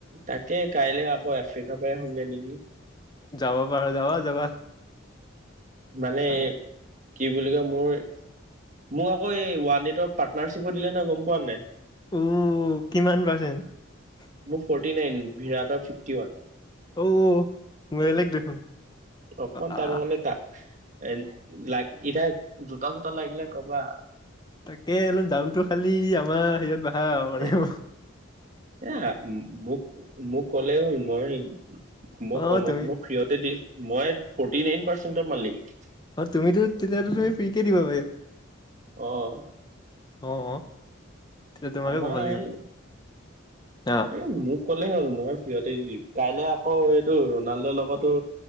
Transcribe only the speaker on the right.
তাকে কাইলে আকৌ আফ্ৰিকাৰ পৰা আহুঙগে নেকি
মানে
কি বুলি কয় মোৰ মোক আকৌ এই ৱানএট পাৰ্টনাৰশ্বিপো দিলে নহয় গম পোৱা নাই
মোৰ ফৰ্টি নাইন বিৰাটৰ ফিফটি ওৱান
অকমান
তাক মানে তাক এ লাগ এতিয়া জোতা চোতা লাগিলে কবা।
এ
এ মোক মোক কলে হ'ল মই। মই
কমত
মই ফ্ৰীয়তে দি মই ফৰ্টি নাইন পাৰ্চেন্টৰ মালিক।
আহ।
আমাৰ
এই
এ মোক কলেই হ'ল মই। সিহতে কাইলে আকৌ এইটো ৰনাল্ডৰ লগতো